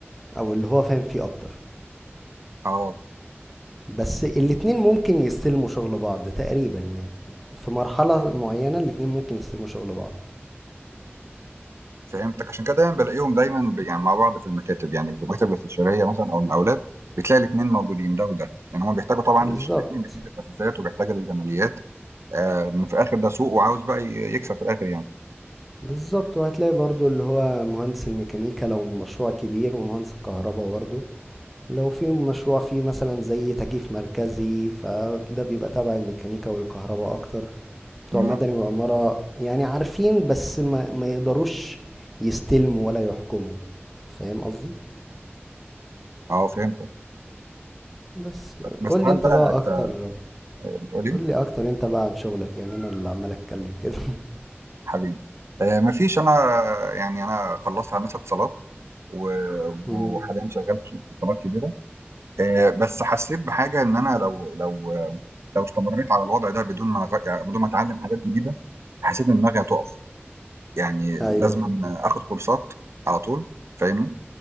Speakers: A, in the centre; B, on the right.
A: او اللي هو فاهم فيه اكتر
B: اه
A: بس الاتنين ممكن يستلموا شغل بعض تقريبا يعني في مرحلة معينة الاتنين ممكن يستلموا شغل بعض
B: فهمتك عشان كده دايما بلاقيهم دايما ب- يعني مع بعض في المكاتب يعني في المكاتب الاستشاريه مثلا او المقاولات بتلاقي الاثنين موجودين ده وده يعني هم بيحتاجوا طبعا
A: بالظبط
B: الاثنين بيحتاجوا الاساسيات وبيحتاجوا الجماليات آه إن في الاخر ده سوق وعاوز بقى ي- يكسب في الاخر يعني
A: بالظبط وهتلاقي برضو اللي هو مهندس الميكانيكا لو مشروع كبير ومهندس الكهرباء برضو لو في مشروع فيه مثلا زي تكييف مركزي فده بيبقى تبع الميكانيكا والكهرباء اكتر بتوع
B: مم.
A: مدني وعمارة يعني عارفين بس ما, ما يقدروش يستلموا ولا يحكموا فاهم قصدي
B: اه فهمتك
A: بس
B: بس
A: قول لي
B: هل
A: انت
B: بقى
A: بقى
B: انت
A: اكتر
B: بتقولي
A: قول لي اكتر انت بقى عن شغلك يعني انا اللي عمال اتكلم كده
B: حبيبي آه، مفيش انا يعني انا خلصت هندسه اتصالات و-
A: <laughs> امم
B: وحاليا شغال في شركه اتصالات كبيره آه، بس حسيت بحاجه ان انا لو لو لو استمريت على الوضع ده بدون ما أغ- يعني بدون ما اتعلم حاجات جديده حسيت ان دماغي هتقف يعني
A: ايوه
B: لازم أن اخد كورسات على طول فاهمني